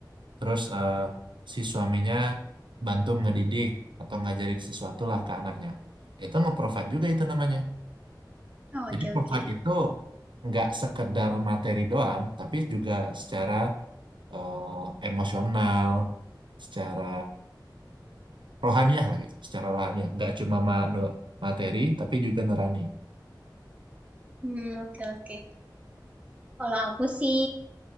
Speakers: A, on the right (about 80°); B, on the right (about 15°).
A: terus eh, si suaminya bantu ngedidik atau ngajarin sesuatu lah ke anaknya itu nge-provide juga itu namanya
B: Oh,
A: jadi
B: oke oke.
A: provide itu nggak sekedar materi doang tapi juga secara eh, emosional secara rohaniah lah gitu, secara rohaniah. Nggak cuma ma- nu- materi, tapi juga nurani.
B: Hmm, oke oke. Kalau aku sih